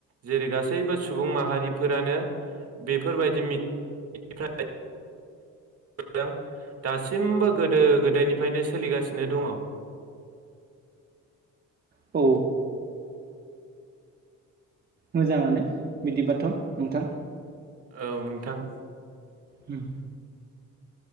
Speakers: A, on the right; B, on the right.
A: जेरै गासैबो सुबुं माहारिफोरानो बेफोरबायदिनिफ्राय <unintelligible> दासिमबो गोदो गोदायनि फ्रायनो सोलिगासिनो दङ'।
B: औ मोजाङानो। बिदिबाथ' नोंथां।
A: औ नोंथां।
B: उम